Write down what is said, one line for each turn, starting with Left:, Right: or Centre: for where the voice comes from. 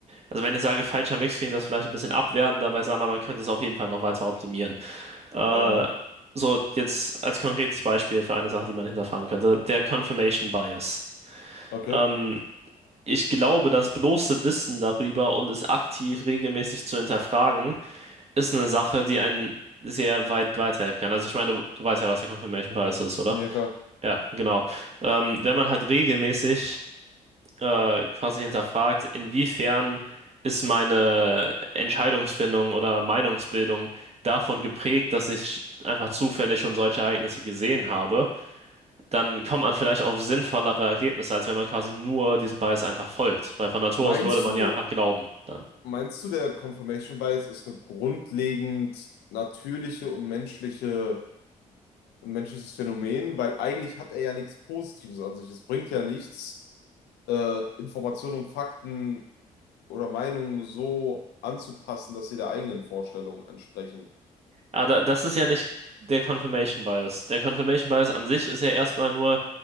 Right: also wenn ich sage falscher Mix, klingt das vielleicht ein bisschen abwertend, dabei sagt man, man könnte es auf jeden Fall noch weiter optimieren. Äh,
Left: ja,
Right: so, jetzt als konkretes Beispiel für eine Sache, die man hinterfragen könnte, der Confirmation Bias.
Left: okay,
Right: Hm, Ich glaube, das bloße Wissen darüber und es aktiv regelmäßig zu hinterfragen, ist eine Sache, die einen sehr weit weiterhelfen kann. Also ich meine, du, du weißt ja, was der Confirmation Bias ist, oder?
Left: ja klar.
Right: Ja, genau. Ähm, wenn man halt regelmäßig äh, quasi hinterfragt, inwiefern ist meine Entscheidungsfindung oder Meinungsbildung davon geprägt, dass ich einfach zufällig schon solche Ereignisse gesehen habe dann kommt man vielleicht auf sinnvollere Ergebnisse, als wenn man quasi nur diesem Bias einfach folgt. Weil von Natur
Left: Meinst
Right: aus würde man
Left: du,
Right: ja einfach glauben dann.
Left: meinst du, der Confirmation Bias ist eine grundlegend natürliche und menschliche, ein menschliches Phänomen? Weil eigentlich hat er ja nichts Positives an sich. Es bringt ja nichts, äh, Informationen und Fakten oder Meinungen so anzupassen, dass sie der eigenen Vorstellung entsprechen.
Right: Aber da, das ist ja nicht der Confirmation Bias. Der Confirmation Bias an sich ist ja erstmal nur,